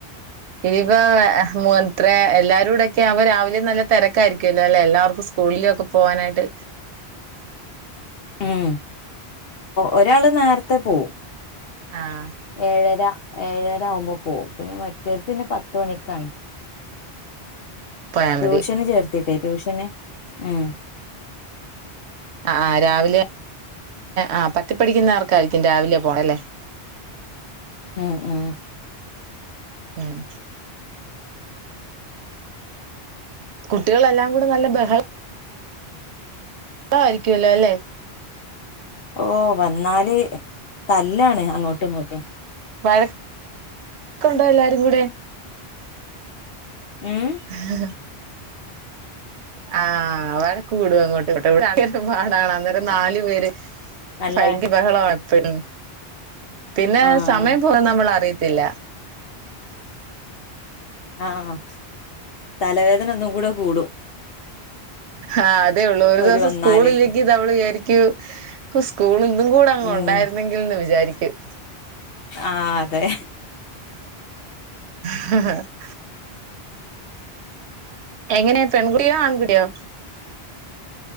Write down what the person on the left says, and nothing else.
ഉം ഒരാള് നേരത്തെ പോവും,
ഏഴര ഏഴര ആകുമ്പോ പോകും പിന്നെ മറ്റോർക്ക് പിന്നെ പത്ത് മണിക്കാണ്,
ട്യൂഷന്
ചേർത്തില്ലെ ട്യൂഷന് ഉ,
ഉം ഉം,
ഓഹ് വന്നാല് തല്ലാണ് അങ്ങോട്ടും ഇങ്ങോട്ടും,
ഉം
നല്ല
ആഹ്
ആഹ് തലവേദന ഒന്നും കൂടെ കൂടും,
ഓര്
വന്നാല്
ഉം
ആഹ് അതെ